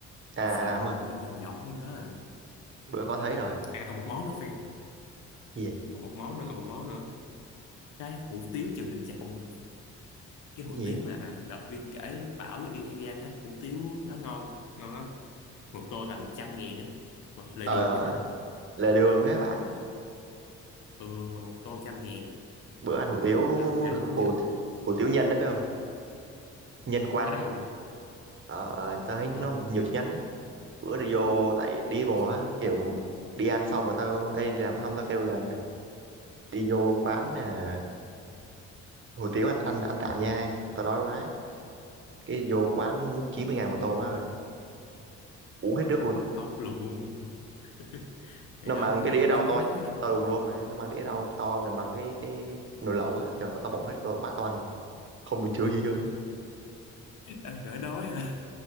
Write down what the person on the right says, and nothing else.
À,
à
đúng rồi.
Bữa có thấy rồi.
Gì? vậy?
Cái
Gì?
vậy?
Ờ,
à, lề đường ấy bạn.
Bữa ăn hủ tiếu
hủ
hủ tiếu nhân đấy phải không? Nhân quán
đấy.
Ờ, tao thấy nó
nhiều chi nhánh lắm. Bữa thì vô tại đi
bộ á, kiểu đi ăn xong mà tao ê, đi làm xong tao kêu là đi vô quán nè hủ tiếu ăn ăn ăn tạm nha tao đói quá cái vô quán múc 90 ngàn một tô má ơi uống hết nước luôn
nó
mang
cái
đĩa
rau
to
to đùng luôn mà nó mang đĩa rau to gần bằng cái cái, cái nồi lẩu á trời ơi, tao bỏ hết vô bát toàn không bị chứa gì hết trơn